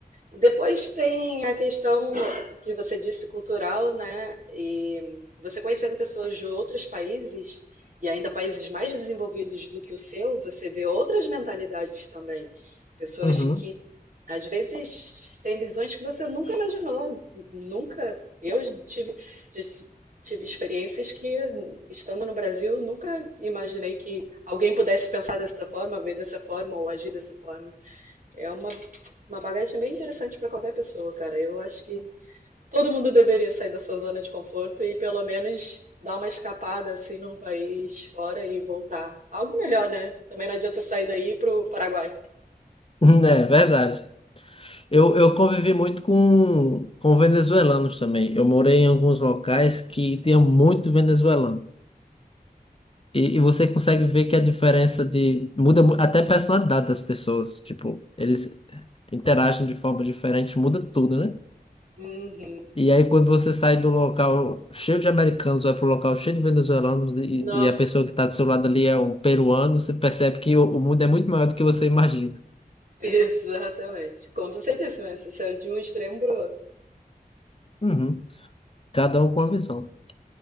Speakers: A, on the right; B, on the left.
A: Depois tem a questão que você disse cultural, né? E você conhecendo pessoas de outros países e ainda países mais desenvolvidos do que o seu, você vê outras mentalidades também. Pessoas
B: Uhum.
A: que às vezes têm visões que você nunca imaginou, nunca. Eu tive, tive experiências que, estando no Brasil, nunca imaginei que alguém pudesse pensar dessa forma, ver dessa forma ou agir dessa forma. É uma, uma bagagem bem interessante para qualquer pessoa, cara. Eu acho que todo mundo deveria sair da sua zona de conforto e pelo menos dar uma escapada assim num país fora e voltar. Algo melhor, né? Também não adianta eu sair daí pro Paraguai.
B: <laughs> É verdade. Eu, eu convivi muito com, com venezuelanos também. Eu morei em alguns locais que tinha muito venezuelano. E, e você consegue ver que a diferença de... Muda mu- até a personalidade das pessoas. Tipo, eles interagem de forma diferente, muda tudo, né?
A: Uhum.
B: E aí quando você sai do local cheio de americanos, vai pro local cheio de venezuelanos e,
A: Nossa,
B: e a pessoa que está do seu lado ali é um peruano, você percebe que o, o mundo é muito maior do que você imagina.
A: <laughs> exatamente. Como você disse, mas você saiu de um extremo pro outro.
B: Uhum. Cada um com uma visão.